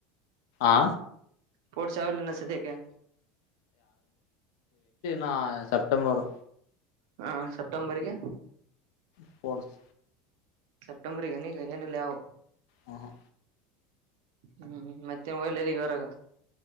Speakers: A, on the left (about 65°); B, on the right (about 60°).
A: ಆಾ
B: ಫೋಡ್ಶ ಅವಲ್ಲ ನಸದ ಕ
A: ಹಾ ಸೆಪ್ಟಂಬರ್
B: ಹಾ ಸೆಪ್ಟೆಂಬರ್ಗೆ
A: ಸ್ಪೋರ್ಟ್ಸ್
B: ಸೆಪ್ಟೆಂಬರ್ ನ ಏನೆಲ್ಲವು
A: ಹ ಹ
B: ಹ್ಮ್ ಮತ್ತೆ ಒಳ್ಳಲ್ಲಿಗೆ ಹೊರಾಗ